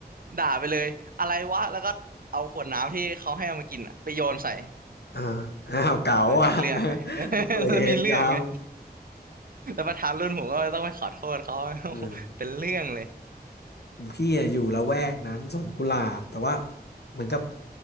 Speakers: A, on the right (about 60°); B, on the left (about 75°).
A: ด่าไปเลยอะไรวะแล้วก็เอาขวดน้ำที่เขาให้เอามากินอะไปโยนใส่
B: เอออ้าวเก๋าอ่ะ
A: เออมีเรื่องไง
B: <laughs>
A: <laughs>
B: เวรกรรม
A: แล้วมีเรื่องไง <laughs> แล้วประธานรุ่นผมก็ต้องไปขอโทษเขา <laughs>
B: เออ
A: เป็นเรื่องเลย
B: กลุ่มพี่อะอยู่ละแวกนั้นสวนกุหลาบแต่ว่าเหมือนกับ